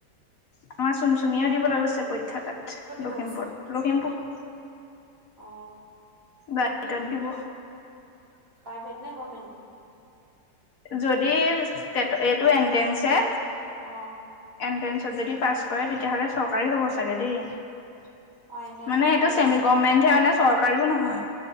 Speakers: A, on the left; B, on the right.
A: আমাৰ চুম চুমিয়ও দিবলৈ গৈছে পৰীক্ষা তাত
B: ক'ত দিব
A: লখিমপুৰত
B: গৈছে
A: লখিমপুৰ।
B: অ।
A: প্ৰাইভেটত দিব।
B: প্ৰাইভেট নে গভমেণ্ট?
A: যদি এইটো এনট্ৰেঞ্চে।
B: অ।
A: এনট্ৰেন্ঞ্চত যদি পাছ কৰে তেতিয়াহ'লে চৰকাৰী হ'ব চাগে দেই।
B: অ এণ্ট্ৰেঞ্চৰ
A: মানে
B: চৰকাৰী
A: এইটো চেমিগমেন্ট
B: হয়
A: হে মানে। চৰকাৰীও নহয়